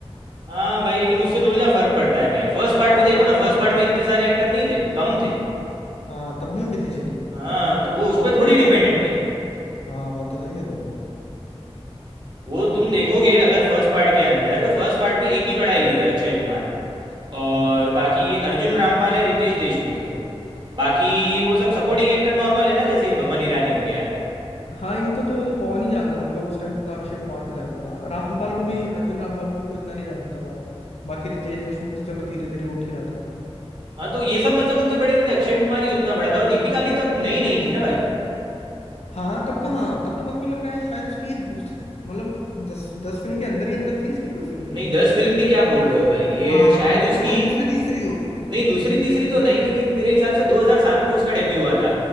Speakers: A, on the right; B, on the left.
A: हाँ भाई लेकिन उससे थोड़ी सा फर्क पड़ता है भाई फर्स्ट पार्ट
B: हाँ
A: में देखो
B: वही
A: ना फर्स्ट
B: ना
A: पार्ट में इतने सारे एक्टर नहीं थे कम थे
B: हाँ तब भी वो कितनी चली
A: हाँ तो वो उस
B: कौन
A: पर थोड़ी
B: ही
A: डिपेंडेंट
B: था उसमें तो
A: है
B: हाँ बात तो सही कर रहे हो
A: वो
B: तुम
A: तुम देखोगे अगर फर्स्ट पार्ट के अंदर तो फर्स्ट पार्ट में एक ही बड़ा हीरो है अक्षय कुमार और
B: हाँ
A: बाकी अर्जुन रामपाल है रितेश देशमुख है बाकी वो सब सपोर्टिंग एक्टर नॉर्मल है ना जैसे ये बमन ईरानी हो गया
B: हाँ इनको तो कौन ही जानता था मतलब उस टाइम जितना
A: हम्म,
B: अक्षय कुमार को जानता था रामपाल
A: हाँ
B: को भी अर्जुन रामपाल को भी कोई इतना नहीं जानता था बाकी रितेश देशमुख तो चलो धीरे धीरे उठ ही रहा था
A: हाँ, तो ये सब मतलब उतने बड़े नहीं थे अक्षय कुमार ही उतना बड़ा था और दीपिका भी तब नई नहीं थी ना भाई
B: हाँ तब कहाँ तब तो मतलब लगता है शायद उसकी दूसरी मतलब दस दस फिल्म के अंदर ही अंदर थी इसकी कोई फिल्म
A: नहीं दस फिल्म भी क्या बोल रहे हो भाई ये
B: हाँ
A: शायद
B: मेरे को
A: उसकी
B: तो लग रहा है दूसरी तीसरी होगी
A: नहीं दूसरी तीसरी तो नहीं लेकिन मेरे हिसाब से 2007 में उसका डेब्यू हुआ था